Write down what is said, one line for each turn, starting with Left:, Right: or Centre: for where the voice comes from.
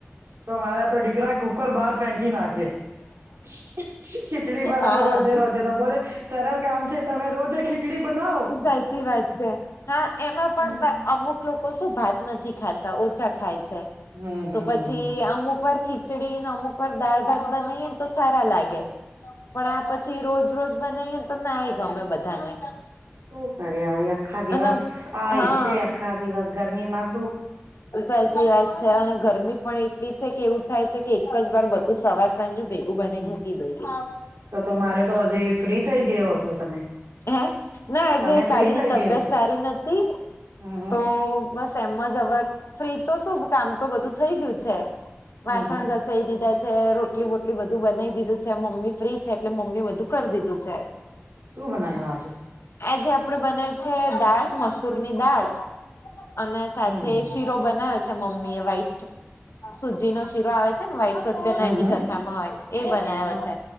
Right: તો મારે તો ડીકરા કુકર બહાર ફેંકી નાખે શું ખીચડી બનાવું
Left: હા
Right: રોજે-રોજે, તો બોલે સરળ કામ છે, તમે રોજે ખીચડી બનાવો
Left: સાચી વાત છે, હા એમાં પણ
Right: હમ
Left: અમુક લોકો શું ભાત નથી ખાતા, ઓછા ખાય છે.
Right: હમ હમ
Left: તો પછી અમુક વાર ખીચડી ને અમુક વાર દાળ-ભાત બનાવીએ ને તો સારા લાગે. પણ આ પછી રોજ-રોજ બનાવીએ તો ના ગમે બધાને
Right: શું કરે અવે આખા દિવસ
Left: અને
Right: આય
Left: હા
Right: છે, આખા દિવસ ગરમી માં
Left: સાચી વાત છે અને ગરમી પણ એટ એટલી છે કે, એવું થાય છે કે એક જ વાર બધું સવાર સાંજું ભેગું
Right: હમ,
Left: બનાવીને મૂકી દઈએ.
Right: તો-તો મારે તો હજી ફ્રી થઈ ગયો છો, તમે?
Left: હે, ના આજે
Right: તમે
Left: કાલની
Right: ફ્રી થઈ
Left: તબિયત
Right: ગયો
Left: સારી નથી,
Right: હમ હમ
Left: તો બસ એમ જ હવે ફ્રી તો શું કામ તો બધું થઈ ગયું છે,
Right: હમ
Left: વાસણ
Right: હમ
Left: ગસ સઈ દીધા છે, રોટલી-બોટલી બધું બનાવી દીધું છે, મમ્મી ફ્રી છે એટલે મમ્મી એ બધું કરી દીધું છે.
Right: શું બનાયું આજે?
Left: આજે આપણે બનાયું છે દાળ, મસૂરની દાળ અને સાથે
Right: હમ
Left: શીરો બનાવ્યો છે મમ્મી એ વ્હાઈટ સુજી નો શીરો આવે છે ને વાઈટ સત્યનારાયણ
Right: હમ હમ
Left: ની કથામાં હોય એ બનાયો
Right: હ
Left: છે,